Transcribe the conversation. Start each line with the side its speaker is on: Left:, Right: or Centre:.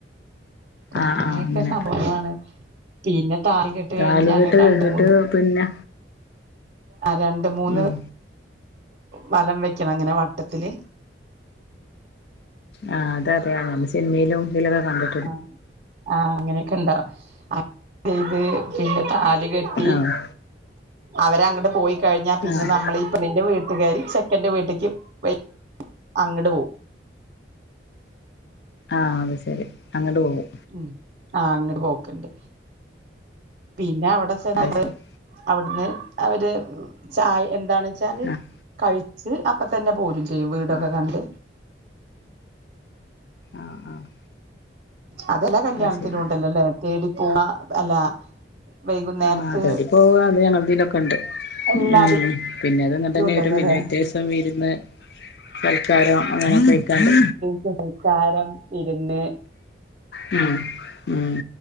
Left: ആഹ്
Right: അങ്ങനെയൊക്കെ
Left: ആഹ് അങ്ങനെ
Right: സംഭവങ്ങളാണ്. പിന്നെ താലി കെട്ട്
Left: താലികെട്ട്
Right: കഴിഞ്ഞ് ഞങ്ങക്ക്
Left: കഴിഞ്ഞിട്ട്
Right: രണ്ട് മൂന്ന്,
Left: പിന്നെ
Right: രണ്ട് മൂന്ന്.
Left: ഉം
Right: വലം വെക്കണം. ങ്ങനെ വട്ടത്തില്
Left: ആഹ് അതെ, അതെ നമ്മ സിനിമിലും ഇതിലൊകെ കണ്ടി
Right: ആ, ആ അങ്ങനെക്കെ ഇണ്ടാ അങ്ങന ചെയത് പിന്നെ താലി കെട്ടി
Left: ആഹ്
Right: അവരങ്ങട് പോയി കഴിഞ്ഞ പിന്നെ
Left: ആഹ്
Right: നമ്മള് പെണ്ണിന്റെ വീട്ടുകാര് ചെക്കന്റെ വീട്ടിക്ക് വ അങ്ങട് പോവും.
Left: ആ അത് ശരി അങ്ങട് പോവും.
Right: ഉം ആഹ് അങ്ങട് പോക്ക്ണ്ട് പിന്ന അവിട ചെന്നിട്ട്
Left: അത് ശരി
Right: അവിടുന്ന് അവര് ചായ എന്താണെ ച്ചാല്
Left: ആഹ്
Right: കഴിച്ച് അപ്പ തന്നെ പോരും ചെയ്യും. വീടൊക്കെ
Left: ആഹ്
Right: കണ്ട്.
Left: ആഹ്, ആഹ്
Right: അതെല്ലാ കല്യാണത്തിലും
Left: അത് ശരി
Right: ഉണ്ടല്ലോല്ലേ തേടിപ്പോവാ അല്ല വൈകുന്നേരത്ത്
Left: ആഹ് തേടി പോക അത് ഞങ്ങളതിലൊക്കെണ്ട്.
Right: എല്ലാതിലും
Left: ഉം. പിന്നെ അതങ്ങന തന്നെ
Right: ഉണ്ടല്ലോ
Left: വരും പിന്നെ
Right: ല്ലേ
Left: പിറ്റേസം വിരുന്ന് സൽക്കാരം അങ്ങനെ കഴിക്കാണ്ട്.
Right: സൽകാരം, വിരുന്ന്.
Left: ഉം ഉം